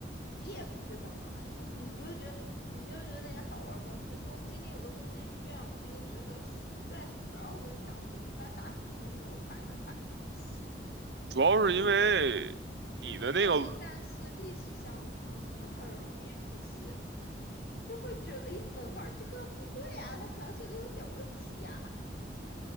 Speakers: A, on the left (about 60°); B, on the right (about 75°).
A: 你也不是什么，你你就觉得你就觉得那些好玩吗？我觉得东京里有个东京书院，我那个角色实实在是，主要我跟你讲，我一般打古风的，我百分之百出戏，
B: 主要是因为你的那个，
A: 就是你知道，一旦是历史向的东西，就很容易出戏，就会觉得，诶，等会儿这个不对呀、他描写的有点问题呀、